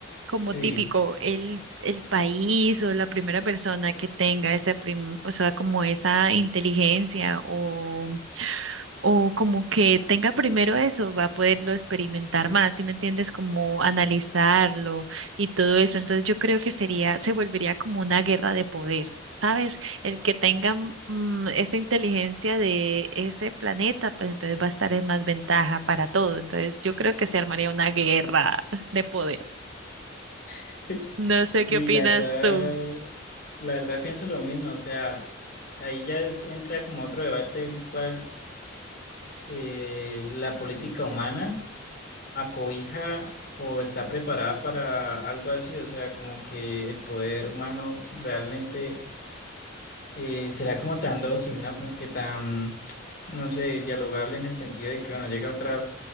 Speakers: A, on the right (about 75°); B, on the left (about 50°).
A: como
B: Sí.
A: típico, el, el país o la primera persona que tenga esa prim- o sea, como esa inteligencia o, o como que tenga primero eso, va a poderlo experimentar más, ¿sí me entiendes? Como analizarlo y todo eso. Entonces yo creo que sería, se volvería como una guerra de poder. ¿Sabes? El que tenga mm, esa inteligencia de ese planeta, pues entonces va a estar en más ventaja para todo. Entonces yo creo que se armaría una guerra de poder.
B: <laughs>
A: No sé
B: Sí,
A: qué opinas
B: la verdad,
A: tú.
B: la verdad pienso lo mismo, o sea, ahí ya es- entra como otro debate el cual eh, la política humana acobija o está preparada para algo así, o sea, como que el poder humano realmente eh, será como tan dócil, ¿no? Como que tan, no sé, dialogable en el sentido de que, bueno, llega otra,